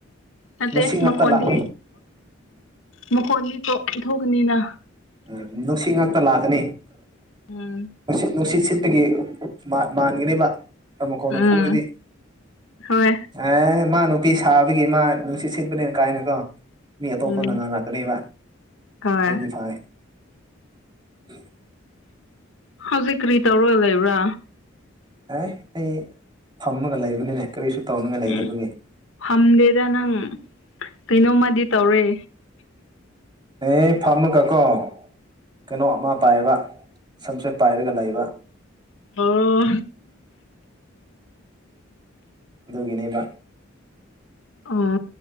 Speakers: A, on the left; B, on the right.
A: ꯅꯠꯇꯦ
B: ꯂꯁꯤꯛ ꯉꯥꯛꯛꯇ
A: ꯃꯈꯣꯟꯗꯤ
B: ꯂꯥꯛ
A: ꯃꯈꯣꯟꯗꯤ ꯊꯣꯛꯀꯅꯤꯅ
B: ꯎ ꯅꯨꯡꯁꯤꯠ ꯉꯥꯛꯇ ꯂꯥꯛꯀꯅꯤ
A: ꯎꯝ
B: ꯅꯨꯡꯁꯤꯠ ꯅꯨꯡꯁꯤꯠ ꯁꯤꯠꯇꯒꯤ ꯃꯥꯟꯈ꯭ꯔꯤꯕ ꯇꯃ ꯀꯣꯟꯅ
A: ꯎꯝ
B: ꯐꯨꯔꯤꯗꯤ
A: ꯍꯣꯏ
B: ꯑꯦ ꯃꯥ ꯅꯨꯄꯤ ꯁꯥꯕ ꯑꯩꯒꯤ ꯏꯃꯥ ꯅꯨꯡꯁꯤꯠ ꯁꯤꯠꯄꯅꯦꯅ ꯀꯥꯏꯅꯀꯣ ꯃꯤ ꯑꯇꯣꯞꯄ
A: ꯎꯝ
B: ꯅꯪꯍꯜꯔꯛꯀꯅꯦꯕ
A: ꯍꯣꯏ
B: ꯑꯗꯨꯗꯤ ꯐꯔ ꯎꯝ
A: ꯍꯧꯖꯤꯛ ꯀꯔꯤ ꯇꯧꯔꯒ ꯂꯩꯕ꯭ꯔꯥ
B: ꯑꯦ ꯑꯩ ꯐꯝꯃꯒ ꯂꯩꯕꯅꯤꯅꯦ ꯀꯔꯤꯁꯨ ꯇꯧꯅꯤꯡꯉꯥꯏ ꯂꯩꯇꯕꯒꯤ
A: ꯎꯝ ꯐꯝꯗꯦꯗ ꯅꯪ ꯀꯩꯅꯣꯝꯃꯗꯤ ꯇꯧꯔꯦ
B: ꯑꯦ ꯐꯝꯃꯨꯒꯀꯣ ꯀꯩꯅꯣ ꯑꯃ ꯄꯥꯏꯕ ꯁꯝꯁꯦꯠ ꯄꯥꯏꯔꯒ ꯂꯩꯕ
A: ꯑꯣ
B: ꯑꯗꯨꯒꯤꯅꯦꯕ
A: ꯑꯣ